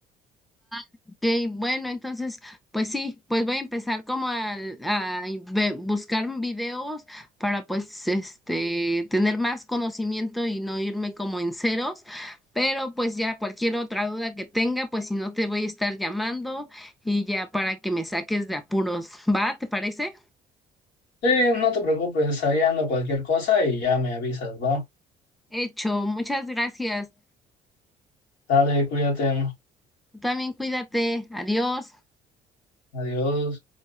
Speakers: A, in the centre; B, on the left.
A: Ok, bueno, entonces, pues sí, pues voy a empezar como al- a, ve- buscar videos para pues este tener más conocimiento y no irme como en ceros, pero pues ya cualquier otra duda que tenga, pues si no te voy a estar llamando y ya para que me saques de apuros, ¿va? ¿Te parece?
B: Sí, no te preocupes, ahí ando cualquier cosa y ya me avisas, ¿va?
A: Hecho, muchas gracias.
B: Dale, cuídate.
A: Tú también cuídate, adiós.
B: Adiós.